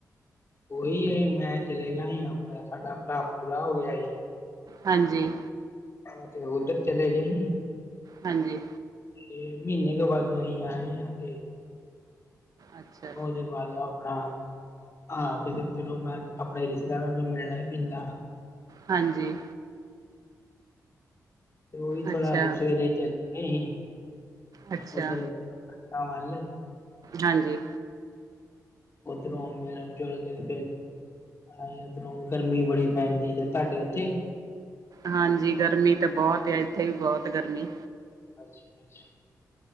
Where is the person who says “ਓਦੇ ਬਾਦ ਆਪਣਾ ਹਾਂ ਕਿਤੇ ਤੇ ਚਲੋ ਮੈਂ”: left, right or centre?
Left